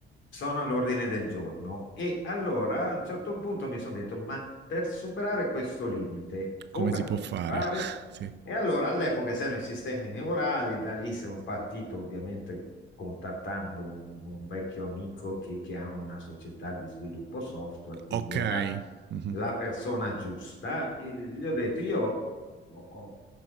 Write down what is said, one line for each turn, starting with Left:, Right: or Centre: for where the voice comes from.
Left: sono all'ordine del giorno. E allora a un certo punto mi sono detto, ma per superare questo limite, come
Right: Come si
Left: posso
Right: può fare?
Left: fare?
Right: <laughs> sì.
Left: E allora all'epoca c'erano i sistemi neurali, da lì sono partito ovviamente contattando un, un vecchio amico che, che ha una società di sviluppo software, quindi
Right: Ok.
Left: era
Right: Mhm.
Left: la persona giusta. E gli ho detto, io ho, ho